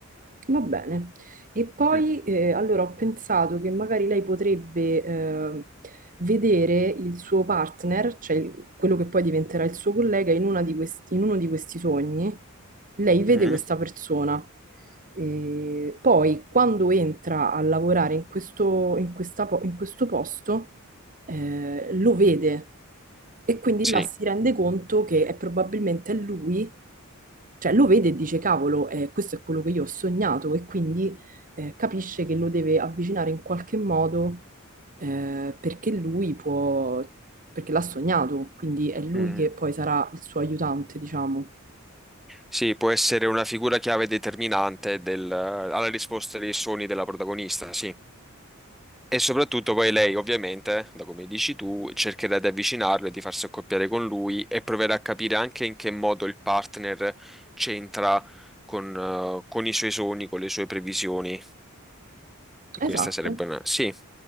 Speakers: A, on the right; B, in the centre.
A: Va bene. E poi
B: Mm,
A: eh, allora ho pensato che magari lei potrebbe eh, vedere il suo partner, cioè il- quello che poi diventerà il suo collega, in una di questi- in uno di questi sogni. Lei vede
B: mm,
A: questa persona. E poi, quando entra a lavorare in questo, in questa po- in questo posto, eh, lo vede e quindi
B: Sì.
A: là si rende conto che è probabilmente lui cioè lo vede e dice, cavolo, eh, questo è quello che io ho sognato e quindi eh, capisce che lo deve avvicinare in qualche modo eh, perché lui può, perché l'ha sognato, quindi è lui
B: mm.
A: che poi sarà il suo aiutante, diciamo.
B: Sì, può essere una figura chiave determinante del- alla risposta dei sogni della protagonista, sì. E soprattutto poi lei, ovviamente, da come dici tu, cercherà di avvicinarlo e di farsi accoppiare con lui e proverà a capire anche in che modo il partner c'entra con, eh, con i suoi sogni, con le sue previsioni. Questa
A: Esatto,
B: sarebbe una... Sì.